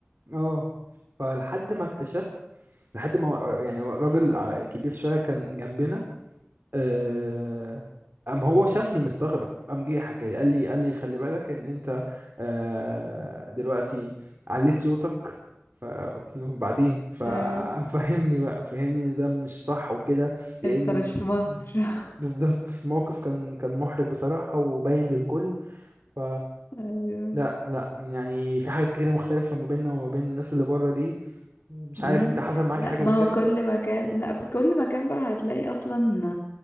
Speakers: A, on the right; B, on the left.
A: اه فلحد ما اكتشفت لحد ما يعني راجل ع- كبير شويه كان جنبنا آه، قام هو شافني مستغرب قام جه حكى لي قال لي قال لي خلي بالك ان انت آه، دلوقتي عليت صوتك فقلت له بعدين فقام
B: ايوه
A: فهمني بقى فهمني ان ده مش صح وكده لان
B: انت
A: ال-
B: مش في مصر <laughs>
A: بالظبط الموقف كان كان محرج بصراحة وباين للكل ف
B: ايوه
A: لا لا يعني في حاجات كتيرة مختلفة ما بيننا وما بين الناس اللي بره دي مش
B: مم.
A: عارف انت حصل معاك
B: لا
A: حاجة
B: ما
A: زي كده
B: هو كل مكان لا في كل مكان بقى هتلاقي اصلا